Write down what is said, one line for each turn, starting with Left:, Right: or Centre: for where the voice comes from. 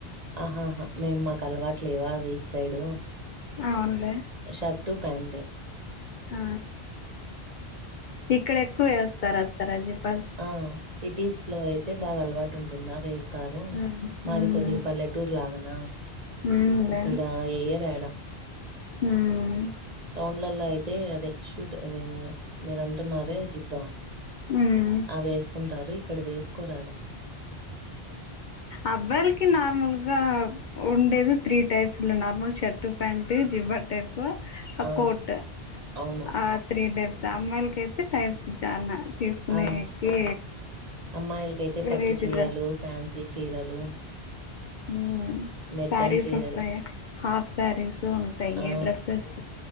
Right: ఆహాహా మేము మాకు అలవాట్లే వాది ఇట్ సైడు
Left: అవును
Right: షర్ట్ ప్యాన్ట్ ఏ
Left: ఆ ఇక్కడ ఎక్కువ వేస్తారు అక్క రజిత్
Right: ఆ సిటీస్ లో అయితే బాగా అలవాటు ఉంటుందా వేస్ స్తారు
Left: ఉమ్
Right: మాది కొద్దిగా పల్లెటూరు లాగానా
Left: ఉమ్లే
Right: ఇక్కడ ఏయర ఆడ
Left: ఉమ్
Right: టౌన్లలయితే అయితే అదే షూట్ మీరు అంటున్నారే జిబ్బా
Left: ఉమ్
Right: ఆ వేసుకుంటారు ఇక్కడ వేసుకోరాడ
Left: అబ్బాయిలకి నార్మల్గా ఉండేది త్రీ టైప్స్ లో నార్మల్ షర్ట్ ప్యాంట్ జిబా టైప్
Right: ఆ!
Left: కోట్
Right: అవును.
Left: ఆ త్రీ టైప్ అమ్మాయిలకి అయితే టైప్స్ చానా తీసుకునేకి
Right: ఆ! అమ్మాయిలకైతే
Left: వెరైటీ
Right: పట్టు చీరలు ఫ్యాన్సీ చీరలు
Left: ఊ
Right: మెత్తని
Left: సారి
Right: చీరలు,
Left: సొస్తయి హాఫ్ శారీస్ ఉంటాయి
Right: ఆ!
Left: డ్రెస్సెస్